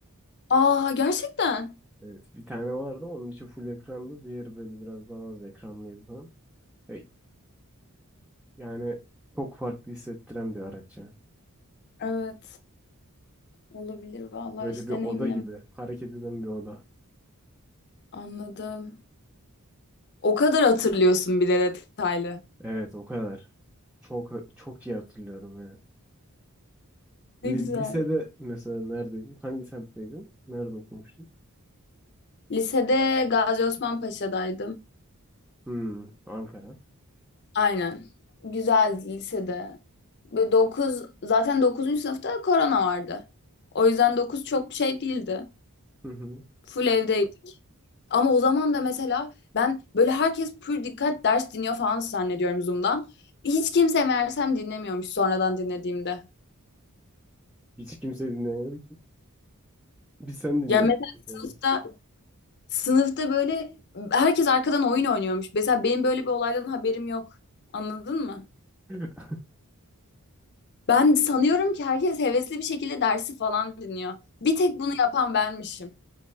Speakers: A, on the left; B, in the centre.
A: Aa gerçekten.
B: Evet, bir tane vardı onun içi full ekrandı. Diğeri böyle biraz daha az ekranlıydı falan. E, yani çok farklı hissettiren bir araç ya.
A: Evet. Olabilir. Vallahi
B: Böyle
A: hiç
B: bir
A: deneyimlemedim.
B: oda gibi. Hareket eden bir oda.
A: Anladım. O kadar hatırlıyorsun bir de detaylı.
B: Evet o kadar. Çok çok iyi hatırlıyorum ya.
A: Ne
B: Li-
A: güzel.
B: Lisede mesela neredeydin? Hangi semtteydin? Nerede okumuştun?
A: Lisede Gazi Osman Paşa'daydım.
B: Hmm, Ankara.
A: Aynen. Güzeldi lisede. Böyle 9 zaten 9. sınıfta korona vardı. O yüzden 9 çok şey değildi.
B: Hı hı.
A: Full evdeydik. Ama o zaman da mesela ben böyle herkes pür dikkat ders dinliyor falan zannediyorum Zoom'dan. Hiç kimse meğersem dinlemiyormuş sonradan dinlediğimde.
B: Hiç kimse dinlemiyordu ki. Biz sen dinliyordun.
A: Ya mesela
B: sonra.
A: sınıfta sınıfta böyle herkes arkadan oyun oynuyormuş. Mesela benim böyle bir olaydan haberim yok. Anladın mı?
B: <laughs>
A: Ben sanıyorum ki herkes hevesli bir şekilde dersi falan dinliyor. Bir tek bunu yapan benmişim.